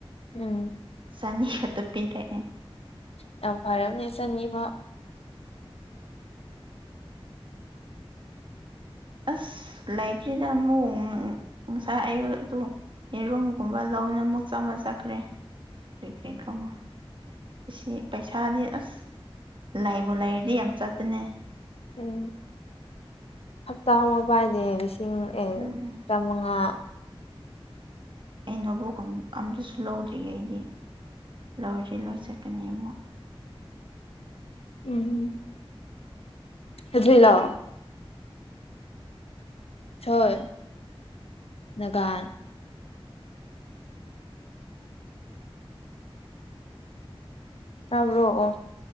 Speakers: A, on the left; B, on the right.
A: ꯎꯝ
B: ꯆꯅꯤ ꯈꯛꯇ ꯄꯤꯔꯛꯑꯦ
A: ꯗꯥꯎ ꯐꯔꯕꯅꯦ ꯆꯅꯤꯕꯥꯎ
B: ꯑꯁ ꯂꯩꯇ꯭ꯔꯦꯗ ꯑꯃꯨꯛ ꯉꯁꯥꯏ ꯑꯌꯨꯛ ꯑꯗꯨ ꯌꯦꯔꯨꯝꯒꯨꯝꯕ ꯂꯧꯅ ꯑꯃꯨꯛ ꯆꯥꯃ ꯆꯠꯈ꯭ꯔꯦ ꯀ꯭ꯔꯤ <unintelligible> ꯑꯁꯤ ꯄꯩꯁꯥꯗꯤ ꯑꯁ ꯂꯩꯕꯨ ꯂꯩꯔꯗꯤ ꯌꯥꯝ ꯆꯠꯄꯅꯦ
A: ꯎꯝ ꯍꯞꯇꯥ ꯑꯃ ꯄꯥꯏꯗꯦ ꯂꯤꯁ <unintelligible>
B: ꯎꯝ
A: ꯆꯥꯃꯉꯥ
B: ꯑꯩꯅꯕꯨ <unintelligible> ꯑꯝꯇꯁꯨ ꯂꯧꯗ꯭ꯔꯤꯌꯦ ꯑꯩꯗꯤ ꯂꯧꯔꯗꯤ ꯂꯣꯏ ꯆꯠꯀꯅꯤ ꯑꯃꯨꯛ
A: ꯎꯝ ꯍꯨꯖꯤꯛꯂꯥꯛꯑꯣ <unintelligible> ꯇꯥꯕ꯭ꯔꯣꯑꯣ